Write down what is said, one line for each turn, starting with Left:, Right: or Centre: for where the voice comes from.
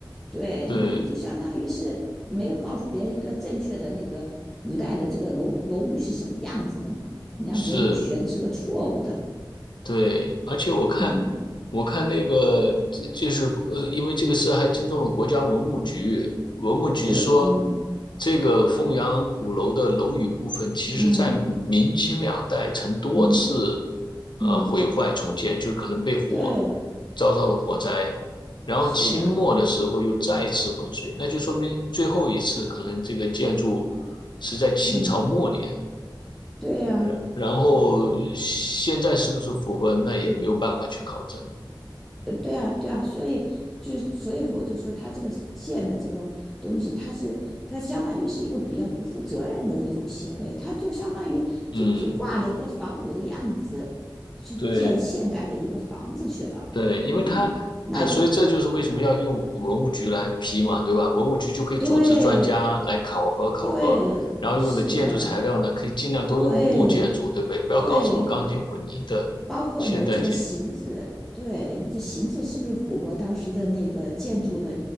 Centre: 对你，
Left: 对，
Centre: 你就相当于是没有告诉别人一个正确的那个古代的这个楼楼宇是什么样子的嘛，你让别人就学的是个错误的。
Left: 是。对，而且我看，
Centre: 嗯，
Left: 我看那个，这就是呃，因为这个事还惊动了国家文物局。文物局说，
Centre: 对，嗯
Left: 这个凤阳鼓楼的楼宇部分，其实在明清两代曾多次
Centre: 嗯嗯
Left: 呃毁坏重建，
Centre: 嗯，
Left: 就是可能被火
Centre: 对，
Left: 遭到了火灾，然后清末的时候又再次浑水，
Centre: 是的，
Left: 那就说明最后一次可能这个建筑是在清朝末年。
Centre: 嗯，对呀、
Left: 然然后现在是不是符合，
Centre: 啊
Left: 那也没有办法去考证了。
Centre: 呃，对啊，对啊，所以就所以说，我就说他这个建的这个东西，他是他相当于是一个比较不负责任的一种行为，他就相当于就就挂了一个仿古的样子去建现代的一个房子去了，
Left: 嗯，对对，因为他他所以这就是为什么要用文物局来批嘛，
Centre: 嗯，那
Left: 对吧？文物局就可以组织专家来考核考核，
Centre: 对对，
Left: 然后用的建筑材料呢，
Centre: 是的，
Left: 可以尽量都用木建筑，
Centre: 对
Left: 对不对？不要搞什么钢筋混凝的现代建筑。
Centre: 对。包括你的这个形制，对你这形制是不是符合当时的那个建筑的